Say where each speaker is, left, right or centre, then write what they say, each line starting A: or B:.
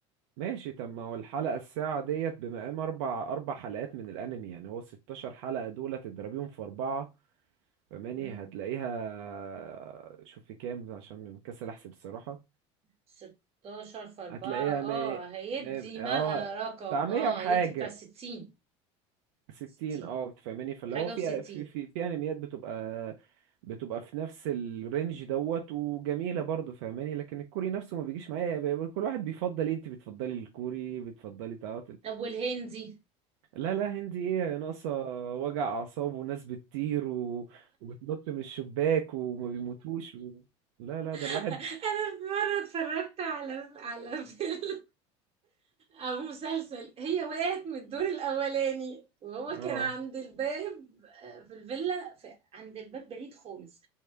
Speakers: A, on the right; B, on the right.
A: ماشي طب ما هو الحلقة الساعة ديت بمقام اربع اربع حلقات من الانمي يعني هو 16 حلقة دول تضربيهم في اربعة فماني
B: مم.
A: هتلاقيها شوف في كام عشان مكسل احسب الصراحة
B: 16 في 4
A: هتلاقيها
B: اه
A: مي...
B: هيدي
A: مي...
B: ما
A: اه
B: آه، رقم
A: بتاع 100
B: اه
A: وحاجة
B: هيدي بتاع 60
A: ستين
B: 60
A: اه بتفهماني فاللي
B: حاجة
A: هو في
B: و60
A: في في, في انميات بتبقى بتبقى في نفس الرينج دوت وجميلة برضه فاهماني لكن الكوري نفسه ما بيجيش معايا بي- كل واحد بيفضل ايه انت بتفضلي الكوري بتفضلي تعاطل
B: طب والهندي
A: لا لا هندي ايه ناقصة وجع اعصاب وناس بتطير و... وبتنط من الشباك وما بيموتوش و... لا لا ده
B: <laughs>
A: الواحد
B: انا في مره اتفرجت على على فيلم او مسلسل هي وقعت من الدور الاولاني وهو
A: اه
B: كان عند الباب آه، في الفيلا في عند الباب بعيد خالص